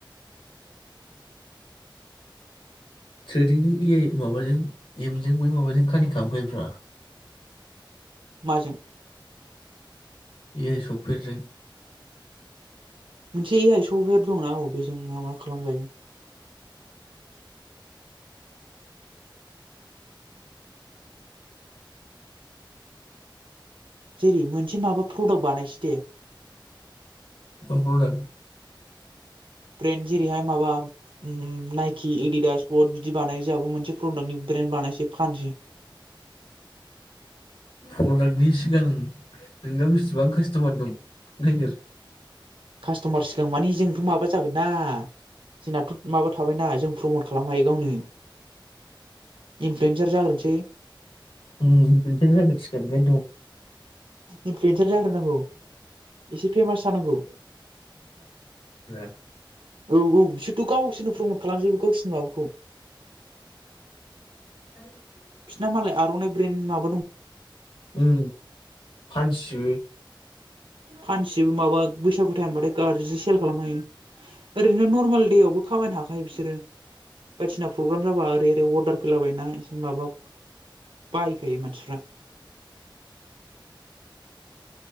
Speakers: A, on the left (about 85°); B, on the right (about 75°).
A: ट्रेनिंजों ए आइ माबाजों एमजों बै माबाजों खानक खालामखायोब्रा
B: माजों?
A: ए आइ सफेरजों
B: मोनसे ए आइ सवेर दंना औ बेजों मा मा खालामजायो जेरै मोनसे माबा प्रडाक्ट बानायसै दे।
A: अ प्रदाक
B: ब्रेन्ज रेहाय माबा उम उम नाइकि एडिदास बट बिदि बानाय जाबो मोनसे प्रडाक्टनि ब्रेन्ड बानायसै फानसै
A: प्रडाक्टनि सिगां नोंनाव बेसिबां कास्टमार दं नायगिर
B: कास्टमार सिगां मानि जोंथ माबा जागोन ना जोंनाथ माबा थाबायना जों प्रमट खालामनो हायो गावनो इनफ्लुयेन्सार जाग्रोनोसै
A: उम बेनफाय जागोरसिगोन दम
B: इनफ्लुयेन्सार जाग्रोनांगौ एसे फेमास जानांगौ
A: <unintelligible>
B: औ औ बिसोरथ गावसोरनो प्रमत खालामजोबो गावसोरनो माबाखौ
A: <unintelligible>
B: बिसिना मालाय आरइ ब्रेेनडनि माब
A: उम फानसियो
B: फानसिबो माबा बैसागु टाइमबाथाय गाजज्रि सेल खालाम खायो। ओरैनो नर्मेल देवाबो खामायनो हाखायो बिसोरो। बायदिना प्रग्राम जाबा ओरै बे अर्दार फैलाबायना एसे माबा बायखायो मानसिफ्रा